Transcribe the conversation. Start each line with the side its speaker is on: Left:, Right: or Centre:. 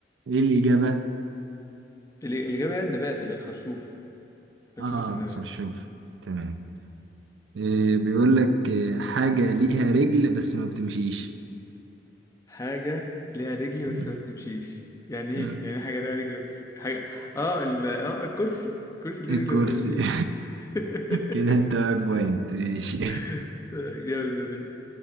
Right: إيه الإجابة؟
Left: ال- الإجابة هي النبات اللي هي الخرشوف خرشوفة
Right: اه
Left: النبات
Right: خرشوف تمام إيه بيقول لك إيه، حاجة ليها رجل بس ما بتمشيش
Left: حاجة ليها رجل
Right: مم.
Left: بس ما بتمشيش يعني ايه
Right: مم.
Left: يعني إيه حاجة ليها رجل بس... حاجة اه ال... اه الكرسي الكرسي ليه
Right: الكرسي
Left: رجل بس ما بيمشيش
Right: <laughs>
Left: <laughs>
Right: كده انت معاك بوينت ماشي
Left: <laughs> جامدة دي